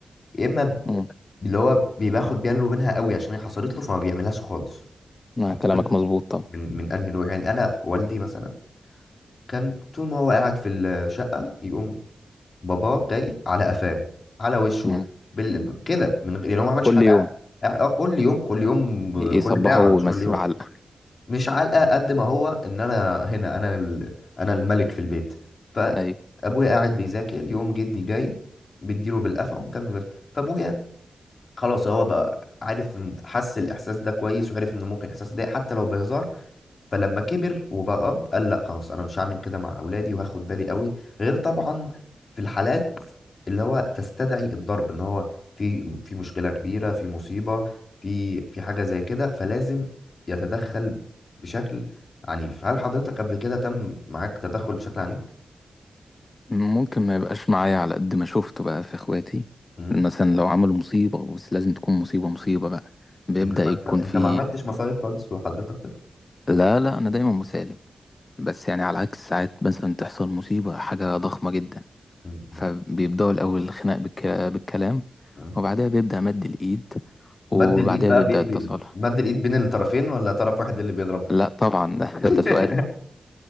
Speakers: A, on the left (about 55°); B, on the left (about 35°).
A: يا اما ب-
B: مم.
A: اللي هو بياخد باله منها قوي عشان هي حصلت له فما بيعملهاش خالص
B: آه،
A: فحضرتك
B: كلامك مظبوط طبعا
A: من من انهي نوع يعني انا والدي مثلا كان طول ما هو قاعد في الشقه يقوم بابا جاي على قفاه على وشه
B: مم.
A: بال... كده من غير يعني هو ما عملش
B: كل
A: حاجه
B: يوم
A: قاعد قاعد- اه كل يوم كل يوم
B: يصبحوا
A: كل ساعه مش
B: ويمسيه
A: كل يوم
B: علقة
A: مش علقه قد ما هو ان انا هنا انا ال... انا الملك في البيت فابويا
B: أيوة
A: قاعد بيذاكر يقوم جدي جاي بيديله بالقفا ومكمل بس فابويا خلاص هو بقى عارف إن- حس الاحساس ده كويس وعرف انه ممكن الاحساس ده حتى لو بهزار فلما كبر وبقى اب قال لا خلاص انا مش هعمل كده مع اولادي وهاخد بالي قوي غير طبعا في الحالات اللي هو تستدعي الضرب ان هو في في مشكله كبيره في مصيبه في في حاجه زي كده فلازم يتدخل بشكل عنيف هل حضرتك قبل كده تم معاك تدخل بشكل عنيف
B: ممكن ما يبقاش معايا على قد ما شفته بقى في إخواتي
A: امم
B: مثلا لو عملوا مصيبة بس لازم تكون مصيبة مصيبة بقى بيبدأ
A: انما
B: يكون
A: انت انت
B: في
A: ما عملتش مصايب خالص وحضرتك تخ-
B: لا لا أنا دايما مسالم بس يعني على عكس ساعات مثلا تحصل مصيبة حاجة ضخمة جدا
A: مم.
B: فبيبدأوا الأول الخناق بالك... بالكلام
A: مم.
B: وبعدها بيبدأ مد الإيد وبعدها
A: مد الايد بقى
B: بيبدأ
A: بي... بي...
B: التصالح
A: مد الايد بين الطرفين ولا طرف واحد اللي بيضرب
B: لا طبعا
A: <laughs>
B: <laughs> ده سؤال